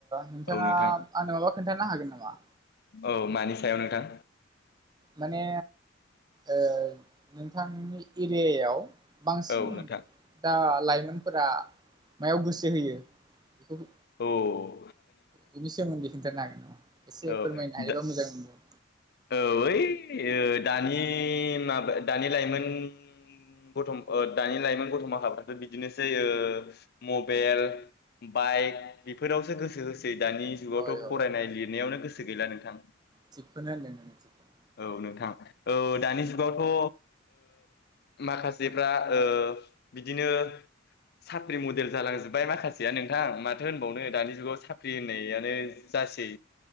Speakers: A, on the right; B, on the left.
A: नोंथाङा
B: औ नोंथां
A: आंनो माबा खोन्थानो हागोन नामा?
B: औ मानि सायाव नोंथां?
A: माने ओ नोंथांनि एरियायाव बांसिन
B: औ नोंथां
A: दा लाइमोनफोरा मायाव गोसो होयो बेखौ
B: औ औ।
A: बेनि सोमोन्दै खिन्थानो हागोन नामा? एसे
B: औ
A: फोरमायनो हायोबा
B: दा
A: मोजां मोनगौ।
B: औ ओइ ओ दानि माबा दानि लाइमोन गथम दानि लाइमोन गथमा हाराथ' बिदिनोसै ओ मबेल बाइक बेफोरावसो गोसो हो दानि जुगावथ'
A: हय हय
B: फरायनाय लिरनायावनो गोसो गैला नोंथां।
A: थिगखौनो होनदों नों थिगखौनो
B: औ नोंथां औ, दानि जुगावथ' ओ माखासेफ्रा ओ बिदिनो साख्रि मडेल जालांजोब्बाय माखासेया नोंथां मार थो होनबावनो दानि जुगाव साख्रि होननायानो जासै।